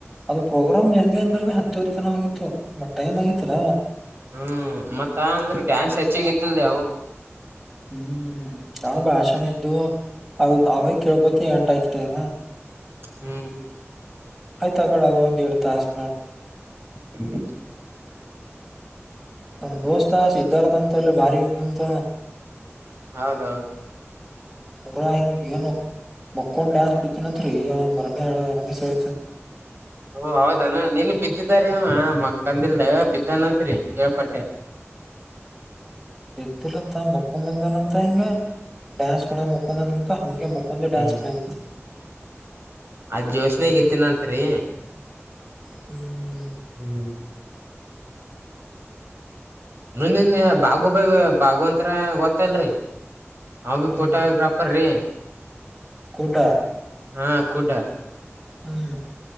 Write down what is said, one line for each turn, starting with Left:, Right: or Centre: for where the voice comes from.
Centre: ಅದು ಪ್ರೋಗ್ರಾಮ್ ಜಲ್ದಿ ಅಂದ್ರನೆ ಹತ್ತುವರೆ ತನ ಹೋಗಿತ್ತು. ಬಟ್ ಟೈಮ್ ಆಗಿತಲ
Right: ಹ್ಮ ಮತ್ತ ಅಂದ್ರೆ ಡ್ಯಾನ್ಸ ಹೆಚ್ಚಿಗಿತ್ತಿಲ್ದಿ ಯವು?
Centre: ಹ್ಮ ಅವ್ರ ಭಾಷಣ ಇದ್ದು ಅವ ಅವೇ ಕೇಳ್ಕೊತಿ ಎಂಟ ಆಯ್ತಲ್ಲ.
Right: ಹ್ಮ
Centre: ಆಯ್ತ ಆಗಳ ಅದ ಒಂದ ಎರಡ್ ತಾಸ್ ಮಾಡ್ಬೇಕು.
Right: ಹ್ಮ
Centre: ನಮ್ ದೋಸ್ತ ಸಿದ್ಧಾರ್ಥ ಅಂತಲ್ಲ ಭಾರಿ ಇದಂತ.
Right: ಹೌದೌದು.
Centre: <unintelligible> ಹಿಂಗ್ ಏನು? ಮಕ್ಕೊಂಡ್ ಡ್ಯಾನ್ಸ ಹೊಡಿತಿನಂತ್ರಿ <unintelligible> ರಮೇಶ್ <unintelligible>
Right: ಓ ಹೌದಾನ ನೆನ್ ಬಿದ್ದಿದಾ ರೀ ಅವ ಮಕ್ಕಂದಿಲ್ಲ ಬಿದ್ದನಂತ್ರಿ ಕೇಳ್ಪಟ್ಟೆ.
Centre: ಬಿದ್ದಲತ್ತ ಮುಕೊಂಡ್ದನಂತ ಹಿಂಗೆ ಡ್ಯಾನ್ಸ <unintelligible> ಮಕ್ಕೊಂದನ್ <unintelligible> ಹಂಗೆ ಮಕ್ಕೊಂದೆ ಡಾನ್ಸ
Right: ಏ
Centre: <unintelligible>
Right: ಅದ್ ಜೋಶನಾಗ್ ಎತ್ತಿನಂತ್ರಿ?
Centre: <inaudible>
Right: ಹ್ಮ <unintelligible> ಬಾಗು ಬ ಬಾಗವಂತ್ರ ಗೊತ್ತಲ್ರಿ ನ ಬಿ
Centre: ಹ್ಮ್
Right: ಫೋಟೋಗ್ರಾಫ <unintelligible>
Centre: ಕುಡ್ಡ
Right: ಹಾ ಕುಡ್ಡ.
Centre: ಹ್ಮ